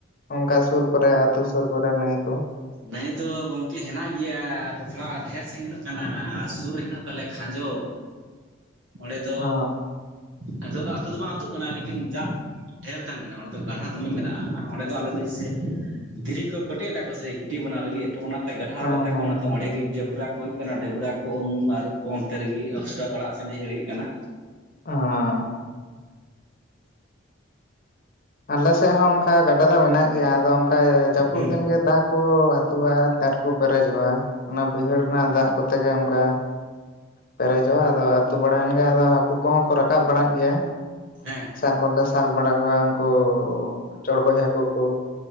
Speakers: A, on the left; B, on the right.
A: ᱚᱱᱠᱟ ᱥᱩᱨ ᱠᱚᱨᱮ ᱟᱹᱛᱩ ᱥᱩᱨ ᱠᱚᱨᱮ ᱱᱟᱭ ᱠᱚ,
B: ᱱᱟᱹᱭ ᱫᱚ ᱜᱚᱢᱠᱮ ᱦᱮᱱᱟᱜ ᱜᱮᱭᱟ ᱟᱫᱚ ᱛᱷᱚᱲᱟ ᱰᱷᱮᱨ ᱥᱟᱺᱜᱤᱡ ᱦᱮᱱᱟᱜ ᱠᱟᱱᱟ ᱟᱨ ᱥᱩᱨ ᱨᱮ ᱦᱮᱱᱟᱜ ᱛᱟᱞᱮᱭᱟ ᱠᱷᱟᱸᱡᱚ, ᱚᱸᱰᱮ ᱫᱚ,
A: ᱚ
B: ᱱᱤᱛᱚᱜ ᱫᱚ ᱟᱹᱛᱩ ᱫᱚ ᱵᱟᱝ ᱟᱹᱛᱩᱜ ᱠᱟᱱᱟ ᱞᱮᱠᱤᱱ ᱡᱟᱜ ᱰᱷᱹᱮᱨ ᱛᱟᱦᱮᱱ ᱠᱟᱱᱟ ᱚᱸᱰᱮ ᱫᱚ ᱜᱟᱲᱦᱷᱟ ᱫᱚᱢᱮ ᱢᱮᱱᱟᱜᱼᱟ ᱾ ᱚᱸᱰᱮ ᱫᱚ ᱟᱞᱮ ᱫᱚ ᱡᱮᱭᱥᱮ ᱫᱷᱤᱨᱤ ᱠᱚ ᱠᱚᱴᱮᱡ ᱫᱟ ᱠᱚ ᱥᱮ ᱜᱤᱴᱤ ᱵᱮᱱᱟᱣ ᱞᱟᱹᱜᱤᱫ ᱾ ᱛᱚ ᱚᱱᱟᱛᱮ ᱜᱟᱰᱷᱟᱣ
A: ᱦᱮᱸ
B: ᱠᱟᱫᱟ ᱠᱚ
A: ᱦᱮᱸ
B: ᱚᱱᱟᱛᱮ
A: ᱦᱮᱸ
B: ᱚᱸᱰᱮ ᱜᱮ ᱡᱟᱵᱨᱟ ᱠᱚ ᱦᱩᱭᱩᱜ ᱚᱱᱟ ᱰᱟᱹᱵᱽᱨᱟ ᱠᱚ ᱩᱢ ᱟᱹᱨᱩᱵ ᱠᱚ ᱚᱱᱛᱮ ᱨᱮᱜᱮ ᱟᱥᱠᱟᱨ ᱚᱲᱟᱜ ᱥᱮᱱ ᱦᱮᱡ ᱦᱩᱭᱩᱜ ᱠᱟᱱᱟ ᱾
A: ᱚᱸ ᱟᱞᱮᱥᱮᱫ ᱦᱚᱸ ᱚᱱᱠᱟ ᱜᱟᱰᱟ ᱫᱚ ᱢᱮᱱᱟᱜ ᱜᱮᱭᱟ ᱟᱫᱚ ᱚᱱᱠᱟ ᱡᱟᱹᱯᱩᱫ
B: ᱦᱩᱸ
A: ᱫᱤᱱ ᱜᱮ ᱫᱟᱜ ᱠᱚ ᱟᱹᱛᱩᱜᱼᱟ ᱟᱨ ᱟᱨᱠᱚ ᱯᱮᱨᱮᱡᱚᱜᱼᱟ ᱚᱱᱟ ᱵᱟᱹᱭᱦᱟᱹᱲ ᱨᱮᱱᱟᱜ ᱫᱟᱜ ᱠᱚᱛᱮ ᱜᱮ ᱚᱱᱠᱟ, ᱯᱮᱨᱮᱡᱚᱜᱼᱟ ᱟᱫᱚ ᱟᱹᱛᱩ ᱵᱟᱲᱟᱭᱮᱱ ᱜᱮ ᱟᱫᱚ ᱦᱟᱹᱠᱩ ᱠᱚᱦᱚᱸ ᱠᱚ ᱨᱟᱠᱟᱵ ᱵᱟᱲᱟᱜ ᱜᱮᱭᱟ ᱾
B: ᱦᱮᱸ
A: ᱥᱟᱵ ᱦᱚᱸᱞᱮ ᱥᱟᱵ ᱵᱟᱲᱟ ᱠᱚᱣᱟ ᱩᱱᱠᱩ ᱪᱚᱲᱜᱚᱡ ᱦᱟᱹᱠᱩ ᱠᱩ,